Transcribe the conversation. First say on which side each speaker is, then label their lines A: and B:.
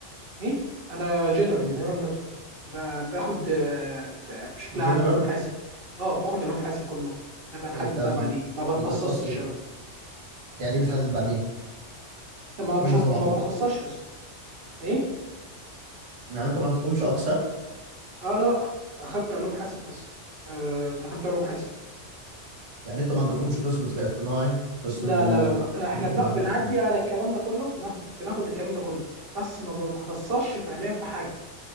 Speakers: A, on the right (about 55°); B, on the right (about 75°).
A: ايه انا جنرال
B: قسم ايه
A: نيورال نتورك باخد آه، ب- بشكل عام
B: جنرال
A: علوم حاسب اه باخد علوم حاسب كله نبقى نحدد
B: انت م-
A: بقى بعدين ما بتخصصش
B: بتتخصص
A: قوي
B: يعني ايه بتحدد بعدين
A: ما مش
B: إيه النظام
A: هت... ما
B: عندك
A: بتخصصش ايه
B: يعني انت ما عندكمش اقسام
A: اه لا لا اخدت علوم حاسب بس آه دخلت علوم حاسب
B: يعني انتوا ما عندكمش قسم ذكاء اصطناعي قسم
A: لا لا
B: آه،
A: لا لا احنا
B: جزء
A: بن-
B: معلومات
A: بنعدي على الكلام ده كله بناخده بناخد الكلام ده كله بس ما بنتخصصش فعليا في حاجه